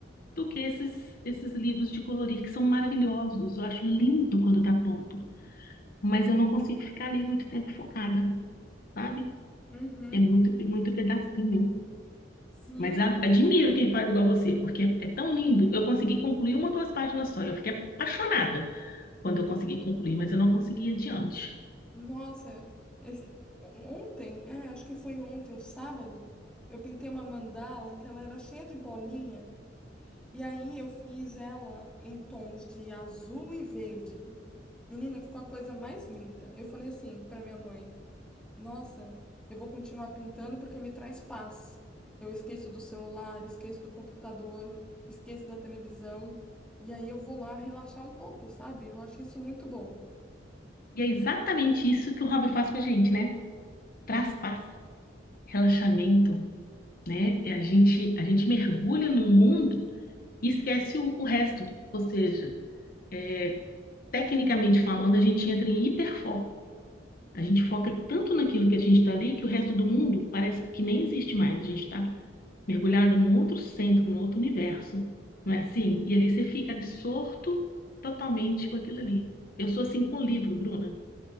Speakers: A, on the left; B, in the centre.
A: do que esses, esses livros de colorir, que são maravilhosos. Eu acho lindo quando está pronto, mas eu não consigo ficar ali muito tempo focada, sabe?
B: Uhum.
A: É muito, é muito pedacinho.
B: Sim.
A: Mas admiro quem faz igual você, porque é, é tão lindo. Eu consegui concluir uma ou duas páginas só. Eu fiquei apaixonada quando eu consegui concluir, mas eu não consegui ir adiante.
B: Nossa, esse- ontem, é, acho que foi ontem, o sábado, eu pintei uma mandala que ela era cheia de bolinha. E aí eu fiz ela em tons de azul e verde. Menina, ficou a coisa mais linda. Eu falei assim para minha mãe: Nossa, eu vou continuar pintando porque me traz paz. Eu esqueço do celular, esqueço do computador, esqueço da televisão. E aí eu vou lá relaxar um pouco, sabe? Eu acho isso muito bom.
A: E é exatamente isso que o hobby faz com a gente, né? Traz paz, relaxamento, né? E a gente, a gente mergulha no mundo e esquece o, o resto. Ou seja, é, tecnicamente falando, a gente entra em hiperfoco. A gente foca tanto naquilo que a gente está ali que o resto do mundo parece que nem existe mais. A gente está mergulhado num outro centro, num outro universo. Não é assim? E ali você fica absorto totalmente com aquilo ali. Eu sou assim com o livro, Bruna.